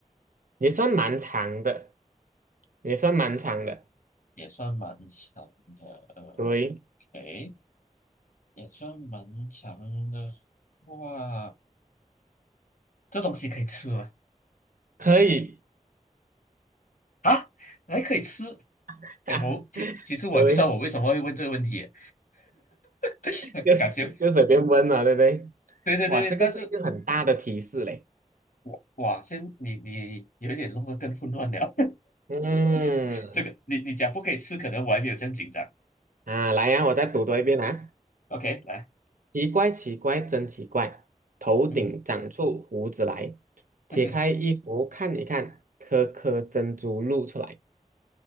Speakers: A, on the right; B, on the left.
A: 也算蛮长的，也算蛮长的，
B: 也算蛮强的呃
A: 对，
B: ，OK，也算蛮强的哇，这东西可以吃吗？
A: 可以，
B: 啊，还可以吃？
A: <laughs>
B: 哎，
A: 哈，
B: 我其其实我也不知道我为什么会问这个问题，
A: 对，
B: <laughs>
A: 就是就随便问了，
B: 感觉
A: 对不对？
B: 对对对对，
A: 哇，这个是一个很大的提示嘞。
B: 但是我哇，先你你有一点弄得更混乱了。
A: 嗯，
B: <laughs> 这个你你讲不可以吃，可能我还没有这样紧张。
A: 啊，来呀、我再读多一遍啊。
B: OK，来，
A: 奇怪，奇怪，真奇怪，头顶长出胡子来，
B: 嗯
A: 解开衣服看一看，
B: 嗯哼，
A: 颗颗珍珠露出来。